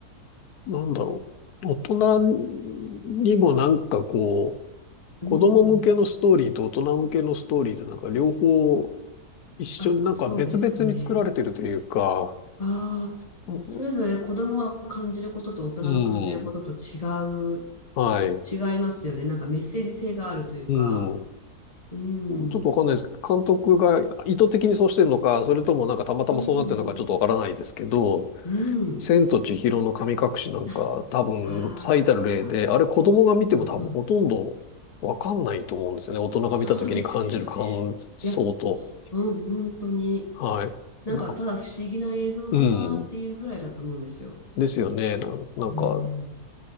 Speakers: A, on the left; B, on the left.
A: なんだろう。大人にもなんかこう、
B: うん。
A: 子供向けのストーリーと大人向けのストーリーでなんか両方一緒になんか別々に作られてるというか、
B: あ、そうですね。ああ、
A: うん、
B: それぞれ子供が感じることと大人が感じることと違う、
A: うんはい、
B: 違いますよね。なんかメッセージ性があるというか、
A: うん。
B: うん。
A: ちょっとわかんないですけど、監督が意図的にそうしてるのか、それともなんかたまたまそうなってるのかちょっとわからないですけど、
B: うん、うん。
A: 千と千尋の神隠しなんか多分最たる例で、
B: あ、ああ、
A: あれ子供が見ても多分ほとんどわかんないと思うんですよね。
B: うんうん。
A: 大人が見た時に感じる感想と。
B: そうですよね。いや、うん、本当に。
A: はい。
B: なんか、
A: なんか、
B: ただ不思議な映像だなっていうぐらいだと思うんですよ。
A: うん。ですよね。な、なんか、
B: うん。